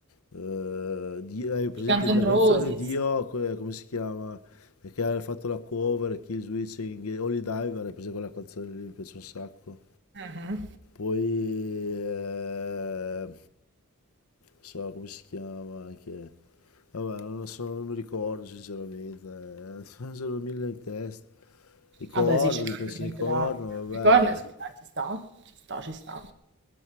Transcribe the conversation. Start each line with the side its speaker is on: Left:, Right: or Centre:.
Left: eh, di- hai presente
Right: I Guns N'
Left: la
Right: Roses.
Left: canzone Dio, que- come si chiama? E Che ha fatto la cover, Kill Switching, Holy Diver, hai preso quella canzone lì, mi piace un sacco.
Right: Mhm.
Left: Poi... eh, so come si chiama anche vabbè non, lo so, non mi ricordo sinceramente eh. <laughs> sono mille in testa i corno
Right: Vabbè, sì, c'è
Left: mi
Right: sicuramente
Left: piacciono i corno
Right: da...
Left: vabbè
Right: I Corner, sì, dai, ci sta, ci sta, ci sta.